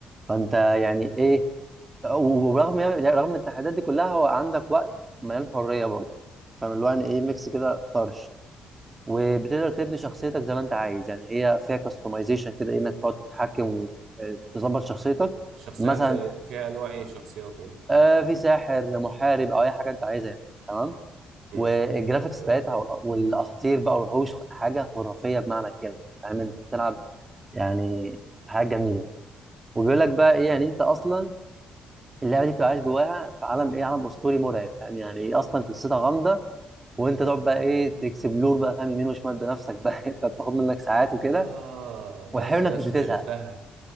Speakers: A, on the right; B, on the right.
A: فانت يعني
B: مم.
A: ايه وبرغم رغم التحديات دي كلها هو عندك وقت مليان حريه برضه فاهم اللي هو يعني ايه ميكس كده طرش وبتقدر تبني شخصيتك زي ما انت عايز يعني هي فيها كاستمايزيشن كده انك تقعد تتحكم وتظبط شخصيتك
B: شخصيات
A: مثلا
B: زي فيها انواع ايه شخصيات يعني
A: آه في ساحر محارب او اي حاجه انت عايزها يعني تمام
B: مم.
A: والجرافيكس
B: تمام
A: بتاعتها وال- والاساطير بقى والوحوش حاجه خرافيه بمعنى الكلمه فاهم انت بتلعب يعني حاجه جميله وبيقول لك بقى ايه يعني انت اصلا
B: مم.
A: اللعبه دي بتبقى عايش جواها في عالم ايه عالم اسطوري مرعب فاهم يعني ايه اصلا قصتها غامضه وانت تقعد بقى ايه تكسبلور بقى فاهم يمين وشمال بنفسك بقى <laughs> فبتاخد منك ساعات وكده
B: اه
A: وحلو
B: بس
A: انك
B: بس
A: مش بتزهق
B: عرفتها